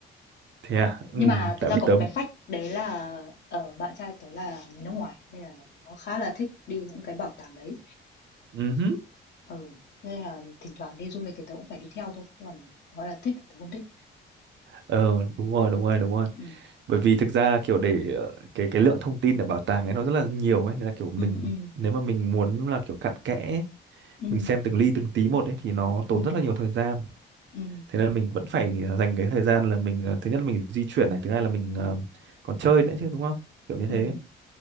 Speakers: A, on the right; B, on the left.
A: thế à
B: Nhưng
A: ừ
B: mà thật
A: tại
B: ra
A: vì
B: có
A: tớ
B: một cái fact đấy là ở bạn trai tớ là người nước ngoài nên là nó, nó khá là thích đi những cái bảo tàng đấy.
A: ừ hứ.
B: Ừ, nên là thỉnh thoảng đi du lịch thì tớ cũng phải đi theo thôi, còn gọi là thích thì tớ không thích.
A: ờ đúng rồi đúng rồi đúng rồi
B: Ừ,
A: bởi vì thực ra kiểu để ờ, cái cái lượng thông tin ở bảo tàng ấy nó rất là nhiều ấy nên là kiểu mình
B: ừ, ừ,
A: nếu mà mình muốn là kiểu cặn kẽ ấy,
B: ừ,
A: mình xem từng ly từng tí một ấy thì nó tốn
B: ừ,
A: rất là nhiều thời gian
B: ừ,
A: thế nên mình vẫn phải ờ, dành cái thời gian là mình ờ, thứ nhất là mình di chuyển này thứ hai là mình ờ, còn chơi nữa chứ đúng không kiểu như thế
B: ừ,